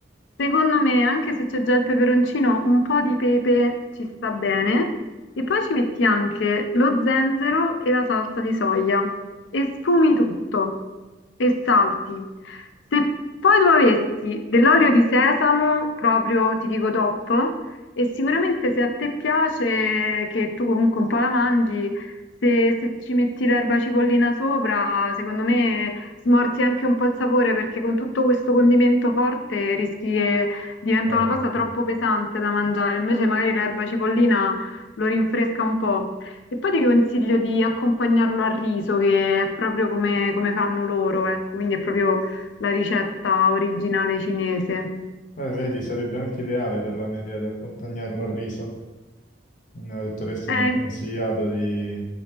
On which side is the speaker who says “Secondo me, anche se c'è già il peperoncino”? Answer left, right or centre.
Left